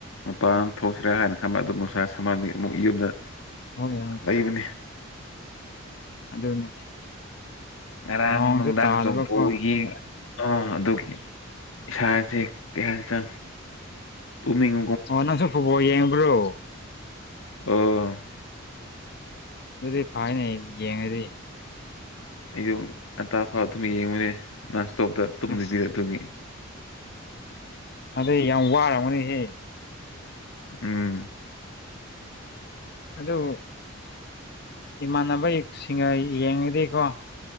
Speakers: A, on the left (about 80°); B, on the left (about 55°).
A: ꯃꯄꯥꯟ ꯊꯣꯛꯁꯤꯔ ꯍꯥꯏꯅ ꯈꯟꯕ ꯑꯗꯨ ꯅꯨꯡꯁꯥ ꯁꯥꯃꯟꯕꯒꯤ ꯑꯃꯨꯛ ꯌꯨꯝꯗ
B: ꯍꯣꯏꯅꯦ
A: ꯂꯩꯕꯅꯤ
B: ꯑꯗꯨꯅꯤ
A: ꯉꯔꯥꯡ
B: ꯅꯣꯡꯁꯨ
A: ꯅꯨꯡꯗꯥꯡꯁꯨ
B: ꯇꯥꯗꯕꯀꯣ
A: ꯕꯣꯜ ꯌꯦꯡ ꯑꯥ ꯑꯗꯨꯒꯤ ꯏꯁꯥꯥꯁꯦ ꯀꯩ ꯍꯥꯏꯇ ꯇꯨꯝꯅꯤꯡ
B: ꯑꯣ ꯅꯪꯁꯨ ꯐꯨꯠꯕꯣ ꯌꯦꯡꯕ꯭ꯔꯣ
A: ꯑꯧ
B: ꯑꯗꯨꯗꯤ ꯐꯩꯅꯦ ꯌꯦꯡꯉꯗꯤ
A: ꯑꯩꯁꯨ ꯉꯟꯇꯥ ꯐꯥꯎ ꯑꯗꯨꯝ ꯌꯦꯡꯕꯅꯦ ꯅꯟꯁꯇꯣꯞꯇ ꯇꯨꯝꯗꯕꯤꯗ
B: ꯑꯁ
A: ꯑꯗꯨꯒꯤ
B: ꯑꯗꯩ ꯌꯥꯝ ꯋꯥꯔꯝꯒꯅꯤꯍꯦ
A: ꯎꯝ
B: ꯑꯗꯨ ꯏꯃꯥꯟꯅꯕꯁꯤꯡꯒ ꯌꯦꯡꯉꯗꯤ ꯀꯣ